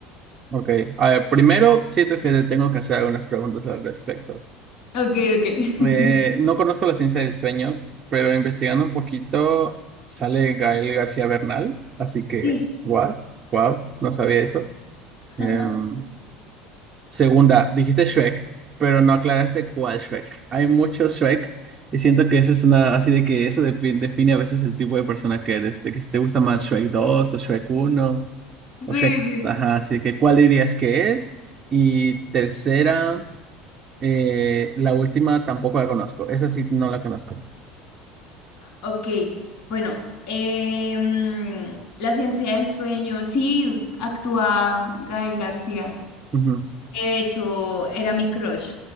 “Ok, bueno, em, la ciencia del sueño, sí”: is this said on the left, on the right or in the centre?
Left